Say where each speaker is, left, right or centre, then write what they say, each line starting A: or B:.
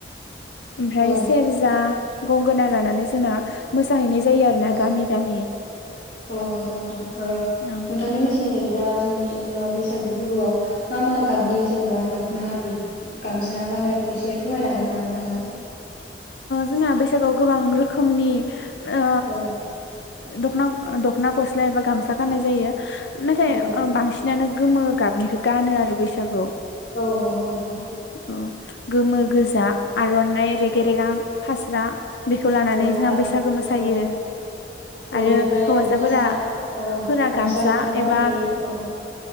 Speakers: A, on the left (about 75°); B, on the left (about 50°).
A: ओमफ्राय
B: औ
A: सेरजा गंगोना लानानै जोंना मोसाहैनाय जायो आरोना
B: औ
A: गामि गामि
B: औ नंगौ नोंथां
A: औ
B: नोंथांनि मिथिनाय बायदिब्ला जोंनि जेनेबा बैसागो फोरबोआव मा मा गाबनि जेनेबा दखना बिदि गामसा गानोनो एसे फोरमायनो हागोन नामा नोंथाङा
A: जोंना बैसागोआव गोबां रोखोमनि ओ
B: औ
A: दखना दखना गस्ला एबा गामसा गाननाय जायो नाथाय
B: औ
A: बांसिनानो गोमो गाबनिखौ गानो आरो बैसागुआव
B: औ नंगौ नोंथां
A: औ गोमो गोजा आरनाइ
B: औ
A: गे रेगां फास्रा बेखौ लानानै
B: औ
A: जोंना
B: आरो
A: बैसागो मोसायो
B: औ औ
A: आरो
B: बेनिफ्राय
A: हौवासाफोराफोरा
B: हौवासा औ
A: गामसा
B: गोथां गाननाय
A: एबा
B: नुयो औ